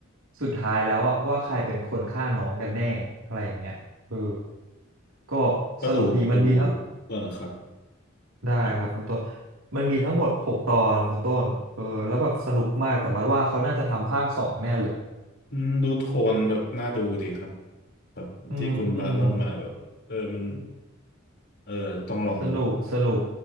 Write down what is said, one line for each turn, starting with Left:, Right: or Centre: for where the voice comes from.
Right: สุดท้ายแล้วอะว่าใครเป็นคนฆ่าน้องกันแน่อะไรอย่างเงี้ยเออก็
Left: ก็ดูดู
Right: สนุกดีมันมีทั้ง
Left: เออครับ
Right: ได้ครับคุณต้น
Left: ครับ
Right: มันมีทั้งหมดหกตอนคุณต้นเออแล้วแบบสนุกมากแต่บัดว่าเขาน่าจะทำภาคสองแน่เลยอะ
Left: อืมดูโทนแบบน่าดูดีครับครับที่คุณบาสเล่ามาแบบเออมัน
Right: อืมอืม
Left: เอออาจจะต้องลองดู
Right: สนุกสนุก